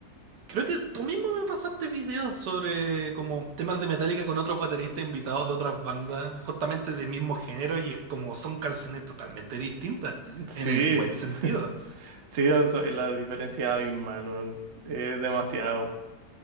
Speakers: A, on the right; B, on the right.
A: creo que tú mismo me pasaste videos sobre como temas de Metallica con otros bateristas invitados de otras bandas, justamente del mismo género, y es como son canciones totalmente distintas,
B: Sí,
A: en el buen sentido.
B: <laughs> sí, no so- la diferencia es abismal, weón. Es demasiado.